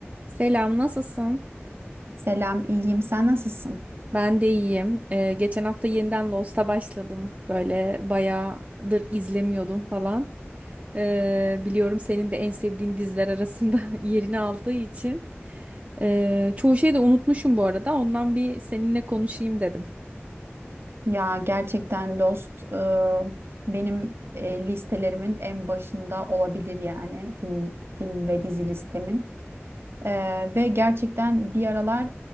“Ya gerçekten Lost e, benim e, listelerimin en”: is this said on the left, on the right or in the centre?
Right